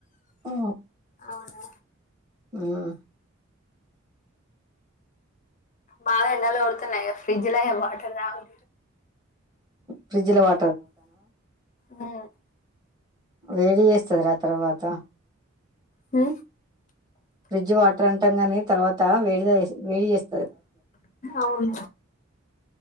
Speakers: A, on the right; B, on the left.
A: ఆ
B: అవునా
A: మ్మ్
B: బాగా ఎండలు కొడుతున్నాయ ఫ్రిడ్జ్ లో ఎం వాటర్ తాగా
A: ఫ్రిడ్జ లో వా
B: ఆ
A: వేడి చేస్తది రా తర్వాత
B: హు
A: ఫ్రిడ్జ్ వాటర్ అంటాం గాని తర్వాత వేడిగా వేడి చేస్త
B: అవును